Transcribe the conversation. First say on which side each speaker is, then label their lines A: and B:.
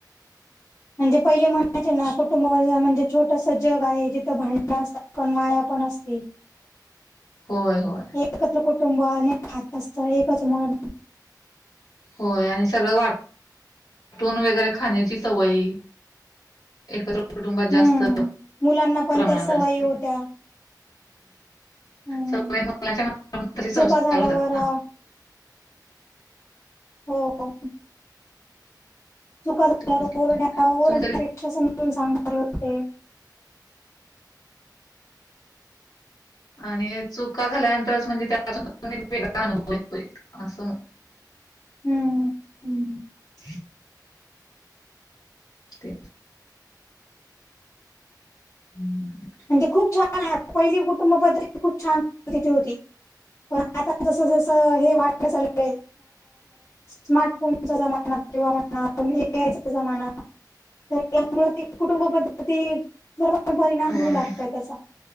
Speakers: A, on the left; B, on the left.
A: म्हणजे पहिले म्हणायचे ना, कुटुंबा म्हणजे छोटसं जग आहे जिथं भांडण असतात. पण मायापण असते.
B: होय होय.
A: एकत्र कुटुंब अनेक हात असत. एकच म्हन...
B: होय. आणि सगळं वाट वाटून वगैरे खाण्याची सवय. एकत्र कुटुंबात
A: हम्म
B: जास्त
A: मुलांना पण
B: प्रमाणात
A: त्या सवयी
B: असते.
A: होत्या हम्म
B: सग <inaudible> मुलाच्यासे
A: चुका
B: संस्कार
A: झाल्यावर
B: होतात ना.
A: अ, हो ओ. चुका झाल्या
B: तेच की.
A: ओरढन्या ओरढन्या
B: चूक जरी
A: पेक्षा समजून सांभे होते. <unintelligible>
B: आणि चुका झाल्यानंतरच म्हणजे त्यातून वेगळा अनुभव येतोय असं.
A: हम्म हम्म!
B: ह <inaudible> ते हं हा.
A: म्हणजे खूप छान आहे पहिली कुटुंब पद्धती खूप छानरीती होती. पण, आता जस जस हे वाट चाल आहे. स्मार्टफोनचा जमा किंवा, हा म्हणा तुम्ही यायचंं म्हणा. त्याच्यामुळ, ते कुटुंबपद्धती ते सर् परिणाम
B: होय
A: होऊ लागतय त्याचा.